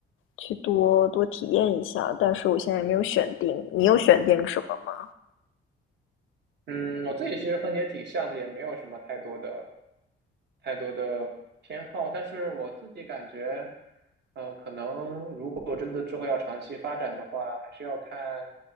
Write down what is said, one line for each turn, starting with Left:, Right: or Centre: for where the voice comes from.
Left: 去多多体验一下。但是我现在没有选定，你有选定什么吗？
Right: 嗯，我自己其实和你也挺像的，也没有什么太多的太多的偏好，但是我自己感觉，呃，可能如果真的之后要长期发展的话，还是要看